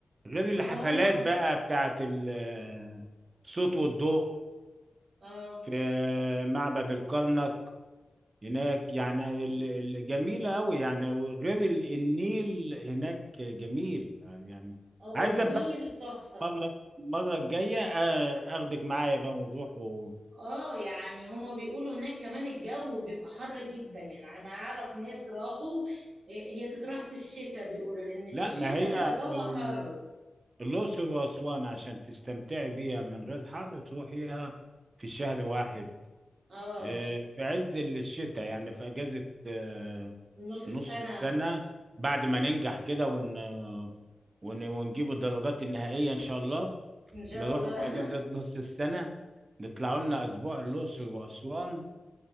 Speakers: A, on the right; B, on the right.
A: غير الحفلات
B: اه
A: بقى بتاعت ال- الصوت والضوء
B: اه
A: في معبد الكرنك هناك يعني ال- ال- جميلة أوي يعني غير ال- النيل هناك جميل يعني
B: هو
A: عايز
B: النيل
A: بقى
B: تحفه
A: مرة المرة الجاية آه، أخدك معايا بقى ونروح و...
B: اه يعني هما بيقولوا هناك كمان الجو بيبقى حر جدا يعني انا اعرف ناس راحوا إيه، هي تتراح في الشتاء بيقولوا لان
A: لا
B: في الشتاء
A: ما هي
B: بيبقى جو
A: ال-
B: حر
A: الأقصر وأسوان عشان تستمتعي بيها من غير حر تروحيها في شهر واحد
B: اه
A: آه، في عز الشتاء يعني في أجازة آه،
B: نص السنة
A: نص السنة بعد ما ننجح كده ون... ون... ونجيب الدرجات النهائية إن شاء الله
B: ان شاء
A: نروحوا
B: الله
A: في أجازة نص السنة نطلعوا لنا أسبوع الأقصر وأسوان